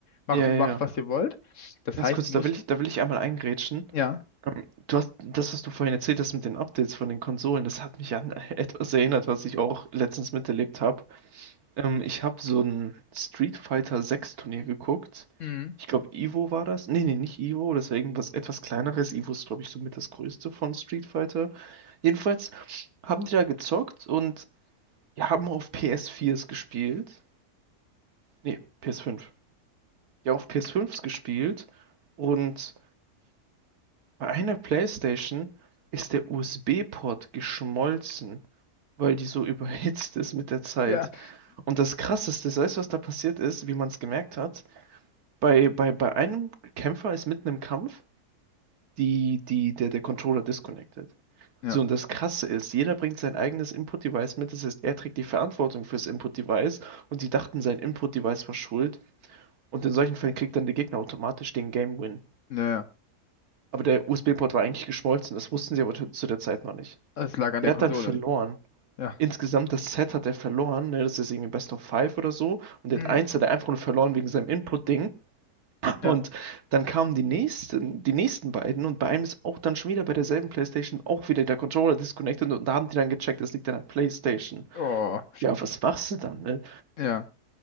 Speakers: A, on the left; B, on the right.
A: mach,
B: ja,
A: macht,
B: ja, ja.
A: was ihr wollt. Das
B: Ganz
A: heißt,
B: kurz,
A: die
B: da
A: mussten.
B: will ich, da will ich einmal eingrätschen.
A: Ja.
B: Ähm, Du hast das, was du vorhin erzählt hast mit den Updates von den Konsolen, das hat mich an <laughs> etwas erinnert, was ich auch letztens miterlebt habe. Ähm, ich habe so ein Street Fighter 6 Turnier geguckt.
A: Mhm.
B: Ich glaube, Ivo war das. Nee, nee, nicht Ivo, das war irgendwas etwas kleineres. Ivo ist, glaube ich, somit das größte von Street Fighter. Jedenfalls haben die da gezockt und haben auf PS4s gespielt. Nee, PS5. Die haben auf PS5s gespielt und bei einer PlayStation ist der USB-Port geschmolzen, weil die so <laughs> überhitzt ist mit der Zeit.
A: Ja.
B: Und das Krasseste, weißt du, was da passiert ist, wie man es gemerkt hat? Bei, bei, bei einem Kämpfer ist mitten im Kampf die, die, der, der Controller disconnected.
A: Ja.
B: So, und das Krasse ist, jeder bringt sein eigenes Input-Device mit. Das heißt, er trägt die Verantwortung fürs Input-Device und die dachten, sein Input-Device war schuld. Und in solchen Fällen kriegt dann der Gegner automatisch den Game-Win.
A: Naja.
B: Aber der USB-Port war eigentlich geschmolzen. Das wussten sie aber zu der Zeit noch nicht.
A: Es lag an
B: Der
A: der
B: hat
A: Konsole
B: dann verloren.
A: nicht. Ja.
B: Insgesamt das Set hat er verloren. Ne? Das ist irgendwie Best of Five oder so. Und der
A: Mhm.
B: hat eins hat er einfach nur verloren wegen seinem Input-Ding.
A: Ja.
B: Und dann kamen die nächsten, die nächsten beiden und bei einem ist auch dann schon wieder bei derselben PlayStation auch wieder der Controller disconnected und da haben die dann gecheckt, das liegt an der PlayStation.
A: Oh.
B: Ja, was machst du dann, ne?
A: Ja.